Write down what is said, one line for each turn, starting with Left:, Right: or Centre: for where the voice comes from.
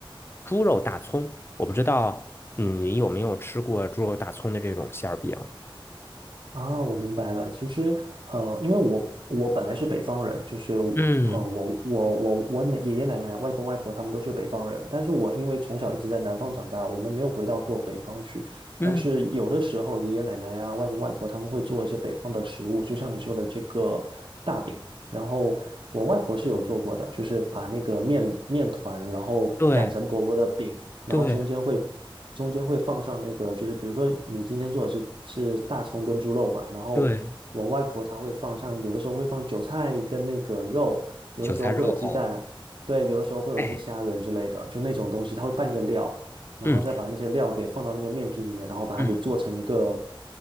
Left: 猪肉大葱，我不知道，嗯，你有没有吃过猪肉大葱的这种馅儿饼？
Right: 啊，我明白了。其实，呃，因为我我本来是北方人，就是我呃，
Left: 嗯
Right: 我我我我奶爷爷奶奶、外公外婆他们都是北方人，但是我因为从小一直在南方长大，我们没有回到过北方去。
Left: 嗯，
Right: 但是有的时候，爷爷奶奶呀、外公外婆他们会做一些北方的食物，就像你说的这个大饼。然后我外婆是有做过的，就是把那个面面团，然后擀成薄薄的饼，
Left: 对
Right: 然后中间会
Left: 对
Right: 中间会放上那个，就是比如说你今天做的是是大葱跟猪肉吧，然后我外婆她会放像有的时候会放韭菜跟那个肉，
Left: 对，
Right: 有的时候会有鸡蛋，
Left: 韭菜肉藕，
Right: 对，有的时候会有一些虾仁之类的，
Left: 哎，
Right: 就那种东西，她会拌一个料，然后再把那些料给放到那个面皮里面，
Left: 嗯
Right: 然后把它给做成一个，
Left: 嗯